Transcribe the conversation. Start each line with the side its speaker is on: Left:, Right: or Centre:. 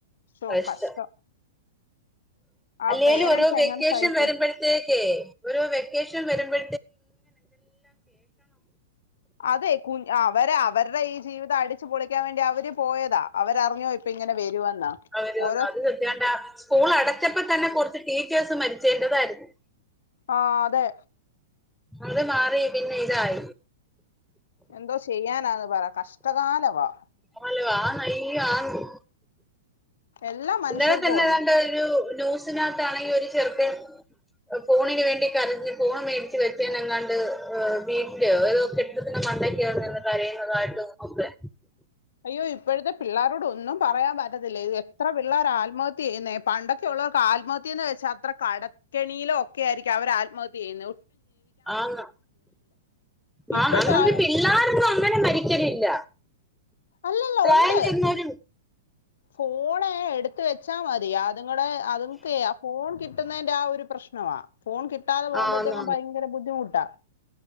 Left: ശോ
Centre: കഴിച്ച
Left: കഷ്ടം. ആ
Centre: അല്ലേലും
Left: പേരൻറ്സ്
Centre: ഓരോ വെക്കേഷൻ
Left: എങ്ങനെ സഹിക്കും
Centre: വരുമ്പഴ്ത്തേക്കേ ഓരോ വെക്കേഷൻ വരുമ്പോ
Left: അതെ കുഞ്അവരെ അവരുടെ ഈ ജീവിതം അടിച്ചു പൊളിക്കാൻ വേണ്ടി അവര് പോയതാ അവരറിഞ്ഞോ ഇപ്പൊ ഇങ്ങനെ വരുവെന്ന്
Centre: അവര്
Left: ഓരോ
Centre: അത് സത്യാണ്ട സ്കൂൾ അടച്ചപ്പോ തന്നെ കുറച്ച് ടീച്ചേഴ്സ് മരിച്ചീന്റെതായിരുന്നു
Left: ആഹ് അതെ
Centre: അത് മാറി പിന്നെ ഇതായി
Left: എന്തോ ചെയ്യാനാന്ന് പറ കഷ്ടകാലവാ.
Centre: ആല്ല ആ ന ആന്ന്
Left: എല്ലാ മനുഷ്യർക്കും
Centre: ഇന്നലെ തന്നെ
Left: ഉണ്ട്
Centre: ഏതാണ്ടൊരു ന്യൂ- സ്നകത്താണെ ഒരു ചെറുക്കൻ ഫോണിന് വേണ്ടീട്ട് കരഞ്ഞ് ഫോണ് മേടിച്ച് വെച്ചേങ്ങാണ്ട് വീട്ടിലോ ഏതോ കെട്ടിടത്തിന്റെ മണ്ടക്ക് കരയുന്നതായിട്ടും ഒക്കെ
Left: അയ്യോ ഇപ്പോഴത്തെ പിള്ളേരോട് ഒന്നും പറയാൻ പറ്റത്തില്ല ഇത് എത്ര പിള്ളേർ ആത്മഹത് ത്യ ചെയ്യുന്നേ പണ്ടൊക്കെ ഉള്ളവർക്ക് ആത്മഹത്യന്ന് വെച്ചാ അത്ര കടക്കെണിയിലും ഒക്കെ ആയിരിക്കും അവര് ആത്മഹത്യ ചെയ്യുന്നേ
Centre: ആന്ന്
Left: ഇപ്പോഴത്തെ
Centre: ആന്ന് അന്നൊന്നും
Left: ആ
Centre: പിള്ളാരൊന്നും അങ്ങനെ മരിക്കലില്ല
Left: അല്ലല്ല
Centre: പ്രായം
Left: ഉണ്ട്
Centre: ചെന്നവര്
Left: ഫോൺ എടുത്ത് വെച്ചാ മതി അതുങ്ങടെ അതോക്കെ ആ ഫോൺ കി ട്ടുന്നതിന്റെ ആ ഒരു പ്രശ്നമാ ഫോൺ കിട്ടാതെ പോകുപോഴത്തേക്കും
Centre: ആന്ന്
Left: ഭയങ്കര ബുദ്ധമു ട്ട